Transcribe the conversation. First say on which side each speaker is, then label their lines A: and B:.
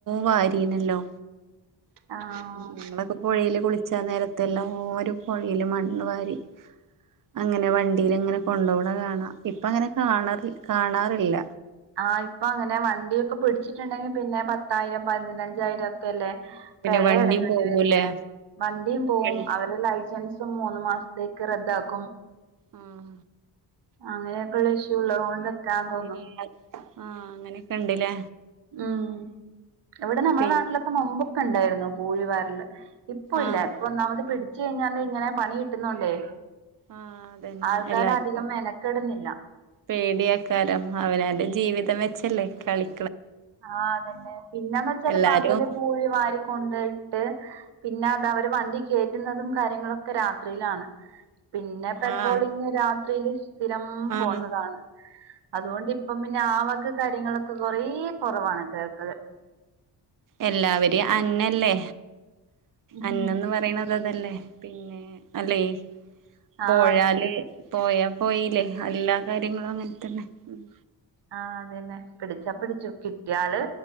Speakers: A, on the right (about 50°); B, on the right (about 65°).
A: വാരീണല്ലോ
B: ആഹ്
A: ഞങ്ങള പ്പ പൊഴെല് കുളിച്ചാ നേരത്തെല്ലാരും പൊഴേല് മണ്ണ് വാരി അങ്ങനെ വണ്ടിലങ്ങനെ കൊണ്ടവ്ണ കാണാം ഇപ്പ അങ്ങനെ കാണാറ് കാണാറില്ല
B: ആഹ് ഇപ്പൊ അങ്ങനെ വണ്ടിയൊക്കെ പിടിച്ചിട്ടുണ്ടെങ്കിൽ പിന്നെ പത്തായിരം പതിനഞ്ചായിരം ഒക്കെ അല്ലേ
A: പിന്നെ
B: പഴയ
A: വണ്ടിയും
B: എടക്കേണ്ടി
A: പോകൂലേ
B: വരുന്ന വണ്ടിയും പോവും
A: വണ്ടി
B: അവരുടെ ലൈസൻസ് മൂന്ന് മാസത്തേക്ക് റദ്ദാക്കും
A: ഉം
B: അങ്ങനെയൊക്കെ ഉള്ള ഇഷ്യൂ ഉള്ള അതുകൊണ്ടൊക്കാന്ന് തോന്നും
A: ഇല്ല ആഹ് അങ്ങനെയൊക്കെ ഉണ്ടല്ലേ
B: ഉം ഇവിടെ നമ്മുടെ
A: പിന്നെ
B: നാട്ടിലൊക്കെ മുമ്പൊക്കെ ഉണ്ടായിരുന്ന പൂഴിവാല് ഇപ്പ
A: ആഹ്
B: ഇല്ല ഇപ്പൊ ഒന്നാമത്
A: ഉണ്ട്.
B: പിടിച്ചു കഴിഞ്ഞാ ഇങ്ങനെ പണി കിട്ടുന്നോണ്ടേ
A: ആഹ് അതന്നെ
B: ആൾക്കാരധികം
A: എല്ലാർക്കും
B: മെനക്കെടുന്നില്ല
A: പേടിയക്കാരം അവനാൻ്റെ ജീവിതം വെച്ചല്ലേ കളി
B: ആഹ് അതന്നെ പിന്നന്ന് വെച്ചാല്
A: എല്ലാരും
B: പകല് പൂഴി വാരി കൊണ്ടയിട്ട് പിന്നെ അത് അവര് വണ്ടി കയറ്റുന്നതും കാര്യങ്ങളൊക്കെ രാത്രിയിലാണ് പിന്നെ പെട്രോളിങ്
A: ആഹ്
B: രാത്രിൽ സ്ഥിരം
A: ആഹ്
B: പോകുന്നതാണ് അതുകൊണ്ട് ഇപ്പം പിന്നെ ആവക കാര്യങ്ങളൊക്കെ കൊറേ കുറവാണ് കേൾക്കത്
A: എല്ലാവരെയും അന്നല്ലേ
B: ഉം
A: അന്നന്ന് പറയണ അതതല്ലേ പിന്നെ അല്ലെ
B: ആ
A: പോഴാല്
B: അതന്നെ
A: പോയാ പോയില്ലേ എല്ലാ കാര്യങ്ങളും അങ്ങനെ തന്നെ ഉം
B: ആഹാ അതന്നെ പിടിച്ചാ പിടിച്ചു കിട്ടിയാള്